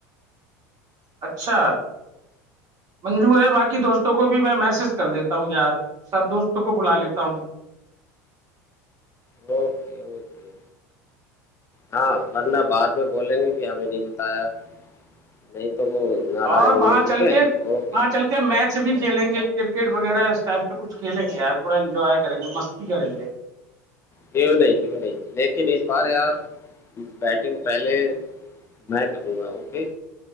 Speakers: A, on the right; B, on the left.
A: اچھا منجو ہے باقی دوستوں کو بھی میں میسج کر دیتا ہوں یار سب دوستوں کو بلا لیتا ہوں
B: اوکے اوکے ہاں ورنہ بعد میں بولیں گے کہ ہمیں نہیں بتایا نہیں تو وہ ناراض
A: اور
B: ہوں
A: وہاں
B: گے ٹھیک
A: چل
B: ہے
A: کے وہاں
B: اوکے
A: چل میچ بھی کھیلیں گے کرکٹ وغیرہ اس ٹائپ سے کچھ کھیلیں گے ار تھوڑا انجوائے کریں گے مستی کریں گے
B: کیوں نہیں کیوں نہیں لیکن اس بار ار بیٹنگ پہلے میں کروں گا اوکے